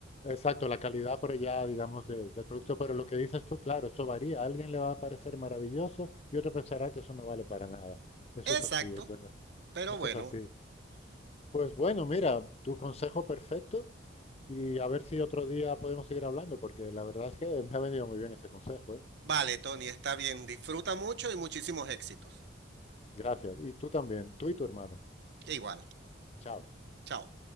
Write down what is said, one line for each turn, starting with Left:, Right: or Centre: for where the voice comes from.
Left: Exacto, la calidad, pero ya, digamos, de- del producto. Pero lo que dices tú, claro, eso varía. A alguien le va a parecer maravilloso y otro pensará que eso no vale para nada. Eso
Right: Exacto,
Left: es así, es verdad.
Right: pero
Left: Eso
Right: bueno,
Left: es así. Pues bueno, mira, tu consejo perfecto y a ver si otro día podemos seguir hablando, porque la verdad es que me ha venido muy bien ese consejo, ¿eh?
Right: vale, Tony, está bien. Disfruta mucho y muchísimos éxitos.
Left: Gracias. Y tú también, tú y tu hermano.
Right: Igual,
Left: Chao.
Right: chao.